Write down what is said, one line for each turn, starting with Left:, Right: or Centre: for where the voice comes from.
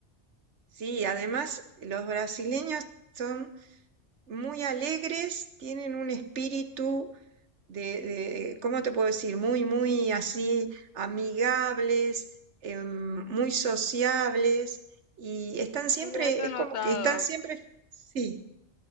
Right: sí, además los brasileños son muy alegres, tienen un espíritu de, de, eh, ¿cómo te puedo decir? Muy, muy así amigables, em, muy sociables y están siempre,
Left: Y eso he
Right: es
Left: notado,
Right: como que están siempre, sí,